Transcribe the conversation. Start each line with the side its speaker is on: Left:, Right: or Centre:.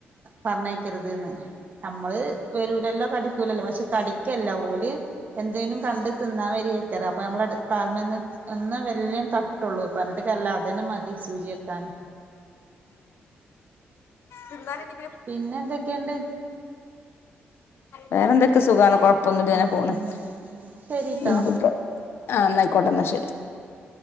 Right: പറഞ്ഞക്കരുത്ന്ന് നമ്മള് വരൂലല്ലോ കടിക്കൂലല്ലോ പക്ഷെ കടിക്കല്ല ഓലെ എന്തേങ്കലും കണ്ട് തിന്നാൻ വരി വക്കറ് അപ്പൊ നമ്മളുടെ താൽമ ഒ വല്ം തട്ടുള്ളൂ പറഞ്ഞിട്ടക്കല്ല അത്ന്നെ മതി സൂചി വെക്കാന്
Left: സന്ത
Right: പിന്നെ എന്തൊക്കെയുണ്ട്
Left: വേറെന്തൊക്കെ സുഖമാണ് കൊഴപ്പൊന്നുമില്ല ഇങ്ങനെ
Right: ആഹ്
Left: പോണം
Right: ആഹ് ശരിട്ടോ
Left: നിനക്ക്ിപ്പ ആ എന്നയിക്കോട്ടെ എന്നാ ശരി